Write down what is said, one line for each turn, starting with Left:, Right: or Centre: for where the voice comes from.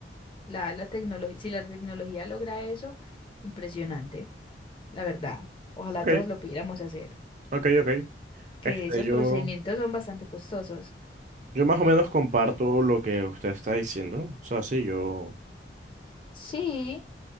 Left: La, la tecnología, si la tecnología logra eso, impresionante, la verdad. Ojalá
Right: Ok,
Left: todos lo pudiéramos hacer,
Right: ok, ok.
Left: que
Right: Este,
Left: esos
Right: yo,
Left: procedimientos son bastante costosos.
Right: yo más o menos comparto lo que usted está diciendo. O sea, sí, yo
Left: Sí,